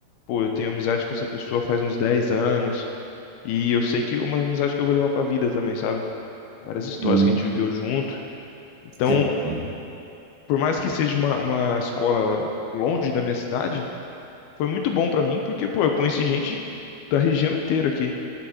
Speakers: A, on the left (about 80°); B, on the right (about 80°).
A: pô, eu tenho amizade com essa pessoa faz uns 10 anos. E eu sei que é uma amizade que eu vou levar pra vida também, sabe? várias histórias
B: uhum.
A: que a gente viveu junto. Então,
B: Sim, sim.
A: por mais que seja uma, uma escola longe da minha cidade, foi muito bom pra mim, porque, pô, eu conheci gente da região inteira aqui.